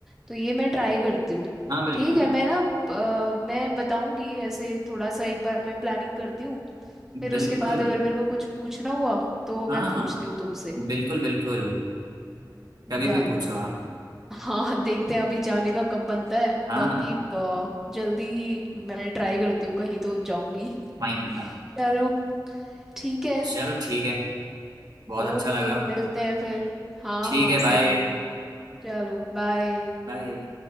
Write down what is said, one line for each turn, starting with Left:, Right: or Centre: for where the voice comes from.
Centre: तो ये मैं ट्राई करती हूँ
Right: हाँ बिल्कुल
Centre: ठीक है मैं ना अ, मैं बताऊंगी ऐसे थोड़ा सा एक बार मैं प्लानिंग करती हूँ फिर
Right: बिल्कुल
Centre: उसके बाद अगर मेरे को कुछ पूछना हुआ तो मैं
Right: हाँ हाँ
Centre: पूछती हूँ तुमसे
Right: बिल्कुल बिल्कुल कभी
Centre: डन
Right: भी पूछो आप
Centre: हाँ देखते हैं अभी जाने का कब बनता है
Right: हाँ
Centre: बाकी
Right: हाँ
Centre: अ, जल्दी ही मैं ट्राई करती हूँ कहीं तो जाऊंगी
Right: Fine fine
Centre: चलो ठीक है
Right: चलो ठीक है बहुत
Centre: ओके
Right: अच्छा लगा
Centre: मिलते हैं फिर हाँ
Right: ठीक
Centre: हाँ
Right: है बाय
Centre: सेम चलो बाय
Right: बाय